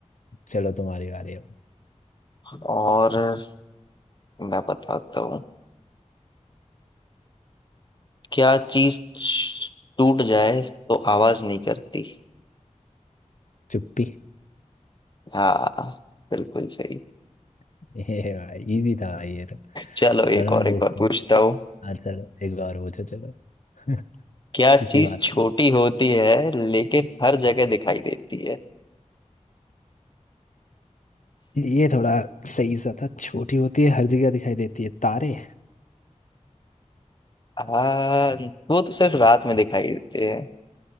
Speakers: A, on the left; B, on the left.
A: चलो तुम्हारी बारी अब
B: और मैं बताता हूँ क्या चीज टूट जाए तो आवाज नहीं करती
A: चुप्पी
B: हाँ बिल्कुल सही
A: <laughs> ये भाई इजी था भाई ये तो
B: चलो
A: चलो
B: एक और
A: मैं पूछता
B: एक और पूछता
A: हूँ
B: हूँ
A: हाँ चलो एक बार पूछो चलो <laughs>
B: क्या चीज
A: इसी बात
B: छोटी
A: पे
B: होती है लेकिन हर जगह दिखाई देती है
A: ये थोड़ा सही सा था छोटी होती है हर जगह दिखाई देती है तारे
B: आ, वो तो सिर्फ रात में दिखाई देती है